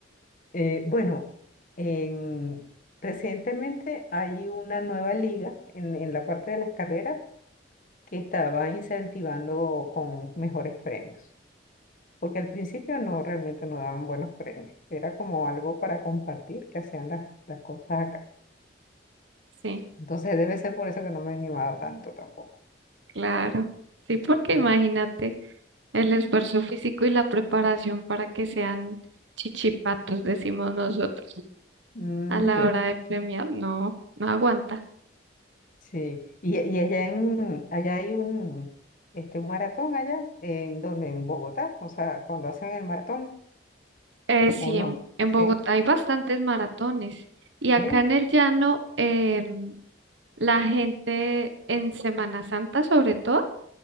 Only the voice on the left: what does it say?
Eh, bueno, en- recientemente hay una nueva liga en, en la parte de las carreras que estaba incentivando con mejores premios, porque al principio no realmente no daban buenos premios, era como algo para compartir que hacían las, las cosas acá.
Entonces debe ser por eso que no me he animado tanto tampoco.
Sí.
Mm,
ya.
Sí. Y, y allá en allá hay un este un maratón allá en donde en Bogotá, o sea, cuando hacen el maratón
¿O no?
Sí,
sí.